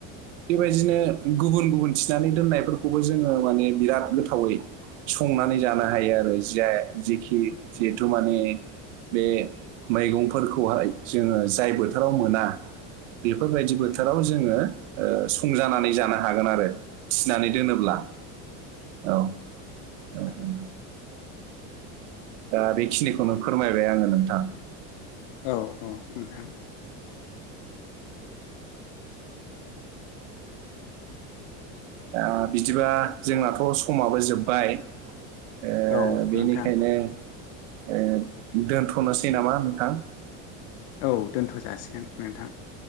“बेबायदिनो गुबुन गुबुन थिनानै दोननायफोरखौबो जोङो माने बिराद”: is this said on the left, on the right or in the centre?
Right